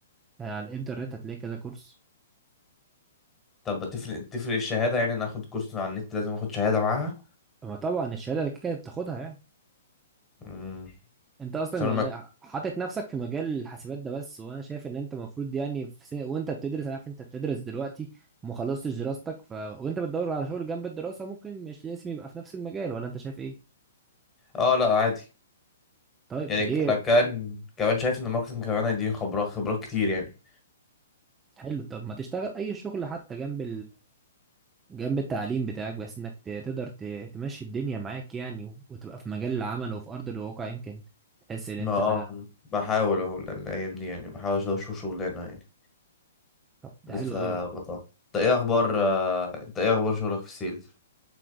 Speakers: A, on the right (about 15°); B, on the left (about 20°).
A: يعني على الانترنت هتلاقي كذا كورس
B: طب تفرق تفرق الشهاده يعني ناخد كورس على النت لازم اخد شهاده معاها
A: اما طبعا الشهاده اللي كده كده بتاخدها يعني
B: امم
A: انت اصلا
B: بس انا
A: يعني
B: ما...
A: حاطط نفسك في مجال الحاسبات ده بس وانا شايف ان انت المفروض يعني في سنة وانت بتدرس انا عارف انت بتدرس دلوقتي وما خلصتش دراستك ف وانت بتدور على شغل جنب الدراسه ممكن مش لازم يبقى في نفس المجال ولا انت شايف ايه
B: اه لا عادي
A: طيب
B: يعني
A: ليه
B: ك- انا كان كمان شايف ان الماركتينج كمان هيديني خبرات خبرات كتير يعني
A: حلو طب ما تشتغل اي شغل حتى جنب جنب التعليم بتاعك بس انك ت- تقدر ت- تمشي الدنيا معاك يعني و- وتبقى في مجال العمل وفي ارض الواقع يمكن تحس ان
B: ما
A: انت
B: اه بحاول اهو ال- الايام دي يعني بحاول اشوف شغلانه يعني
A: طب ده
B: لسه
A: حلو قوي
B: بطل انت ايه اخبار آه، انت ايه اخبار شغلك في السيلز